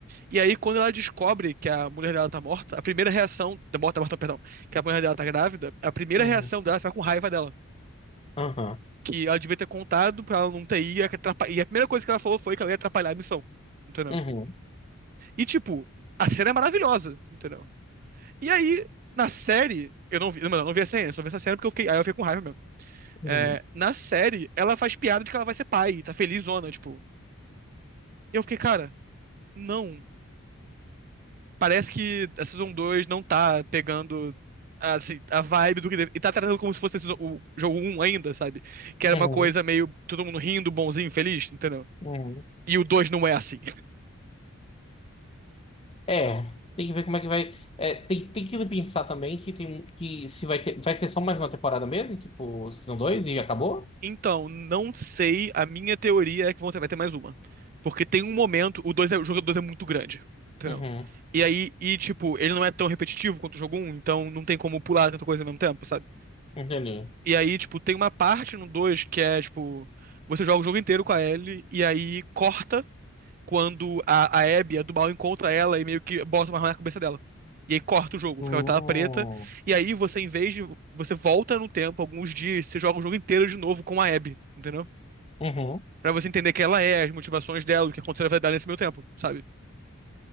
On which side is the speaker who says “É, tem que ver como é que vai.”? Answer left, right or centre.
Left